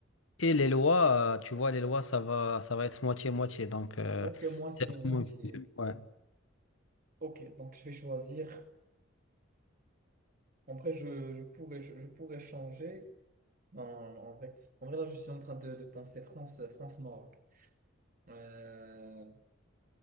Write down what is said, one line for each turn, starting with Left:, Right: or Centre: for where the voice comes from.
Left: Et les lois, euh, tu vois, les lois, ça va, ça va être moitié-moitié. Donc, euh,
Right: Ok, moi aussi,
Left: c'est
Right: moi
Left: vraiment...
Right: aussi.
Left: Ouais,
Right: Ok, donc je vais choisir. En vrai, je, je pourrais, je, je pourrais changer. Non, non, non, en vrai, en vrai, là, je suis en train de, de penser France, France-Maroc. Euh...